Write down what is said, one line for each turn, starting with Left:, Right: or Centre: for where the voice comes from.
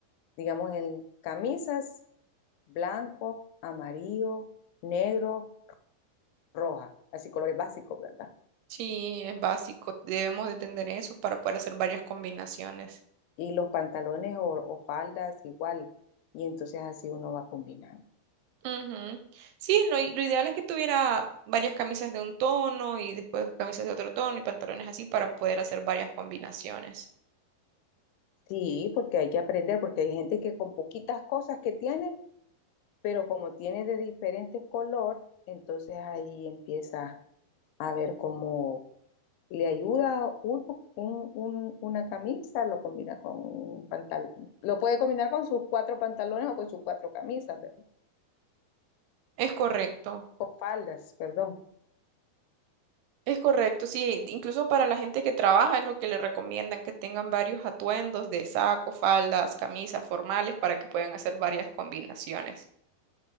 Left: digamos, en camisas blanco, amarillo, negro, roja, así colores básicos, ¿verdad?
Right: Sí, es básico. Debemos de tener eso para poder hacer varias combinaciones.
Left: Y los pantalones o, o faldas igual. Y entonces así uno va combinando.
Right: Ujú. Sí, lo, i- lo ideal es que tuviera varias camisas de un tono y después camisas de otro tono y pantalones así para poder hacer varias combinaciones.
Left: Sí, porque hay que aprender, porque hay gente que con poquitas cosas que tiene, pero como tiene de diferente color, entonces ahí empieza a ver cómo, le ayuda uno un- un- una camisa, lo combina con un pantalón, lo puede combinar con sus cuatro pantalones o con sus cuatro camisas, ve-
Right: Es correcto,
Left: con faldas, perdón.
Right: es correcto, sí, incluso para la gente que trabaja es lo que le recomiendan que tengan varios atuendos de saco, faldas, camisas formales para que puedan hacer varias combinaciones.